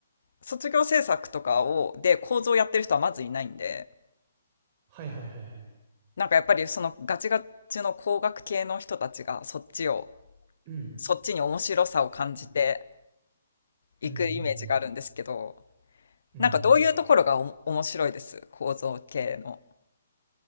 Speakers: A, on the left (about 75°); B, on the right (about 30°).
A: 卒業制作とかを、で構造やってる人はまずいないんで、
B: はいはいはいはい。
A: なんかやっぱりそのガチガチの工学系の人たちがそっちを、
B: うん。
A: そっちに面白さを感じて
B: うん
A: いくイメージがあるんですけど、
B: うんうん。うん
A: なんかどういうところがお面白いです構造系の。
B: うん